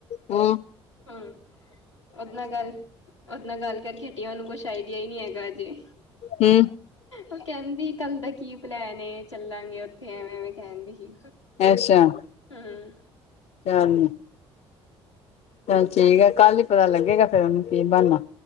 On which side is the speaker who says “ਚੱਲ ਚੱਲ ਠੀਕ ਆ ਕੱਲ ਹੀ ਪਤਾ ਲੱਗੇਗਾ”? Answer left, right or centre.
Left